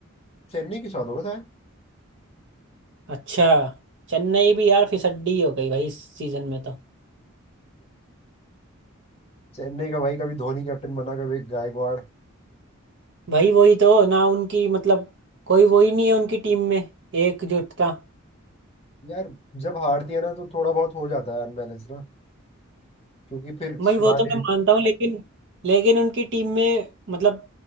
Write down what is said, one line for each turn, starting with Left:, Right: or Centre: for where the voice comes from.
Left: चेन्नई के साथ होगा शायद
Right: अच्छा चेन्नई भी यार फिसड्डी हो गई भाई इस सीजन में तो
Left: <laughs> चेन्नई का भाई कभी धोनी कैप्टन बना कभी गायकवाड़
Right: भाई वही तो ना उनकी मतलब कोई वही नहीं है उनकी टीम में एकजुटता
Left: यार जब हारती है ना तो थोड़ा बहुत हो जाता है अनबैलेंस ना। क्योंकि फिर
Right: मैं
Left: सुनाने
Right: वो तो मैं मानता हूँ लेकिन लेकिन उनकी टीम में मतलब